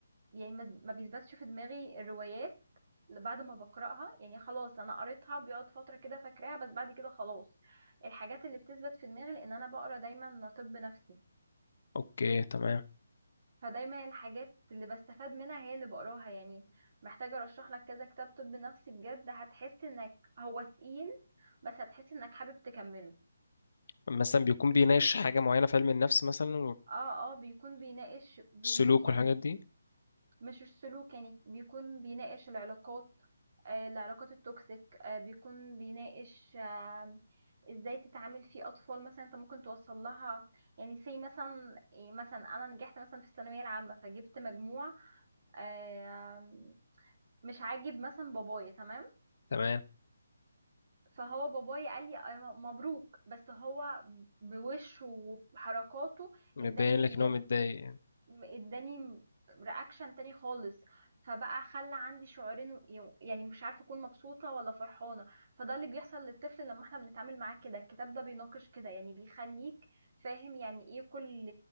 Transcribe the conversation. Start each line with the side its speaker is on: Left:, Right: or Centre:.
Right: يعني ما ما بيثبتش في دماغي الروايات اللي بعد ما بقرأها يعني خلاص انا قريتها بيقعد فترة كده فاكراها بس بعد كده خلاص الحاجات اللي بتثبت في دماغي لان انا بقرا دايما طب نفسي
Left: اوكي تمام
Right: فدايما الحاجات اللي بستفاد منها هي اللي بقراها يعني محتاجة ارشح لك كذا كتاب طب نفسي بجد هتحس انك هو تقيل بس هتحس انك حابب تكمله
Left: مثلا بيكون بيناقش حاجة معينة في علم النفس مثلا
Right: اه اه بيكون بيناقش بي
Left: والسلوك
Right: يعني
Left: والحاجات دي
Right: مش السلوك يعني بيكون بيناقش العلاقات آه العلاقات التوكسيك آه بيكون بيناقش آه ازاي تتعامل في اطفال مثلا انت ممكن توصل لها يعني سي مثلا إيه مثلا انا نجحت مثلا في الثانويه العامه فجبت مجموع آه، مش عاجب مثلا بابايا تمام
Left: تمام
Right: فهو بابايا قال لي أنا مبروك بس هو بوشه وحركاته
Left: مبين
Right: اداني
Left: لك ان هو متضايق
Right: اداني رياكشن تاني خالص فبقى خلى عندي شعورين يعني مش عارفه اكون مبسوطه ولا فرحانه فده اللي بيحصل للطفل لما احنا بنتعامل معاه كده الكتاب ده بيناقش كده يعني بيخليك فاهم يعني ايه كل